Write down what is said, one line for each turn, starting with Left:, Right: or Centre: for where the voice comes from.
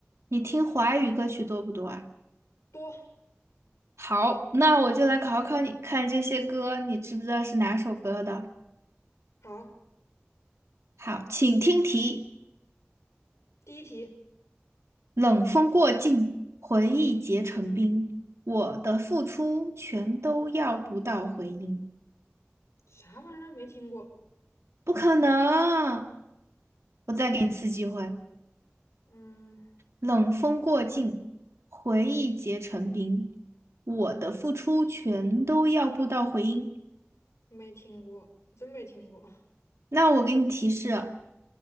Right: 你听华语歌曲多不多啊？
Left: 多。
Right: 好，那我就来考考你，看这些歌你知不知道是哪首歌的？
Left: 好，
Right: 好，请听题：
Left: 第一题，
Right: 冷风过境，回忆结成冰，我的付出全都要不到回音。
Left: 啥玩意儿没听过？
Right: 不可能！我再给你次机会：
Left: 没听，嗯，
Right: 冷风过境，回忆结成冰，我的付出全都要不到回音。
Left: 没听过，真没听过。
Right: 那我给你提示。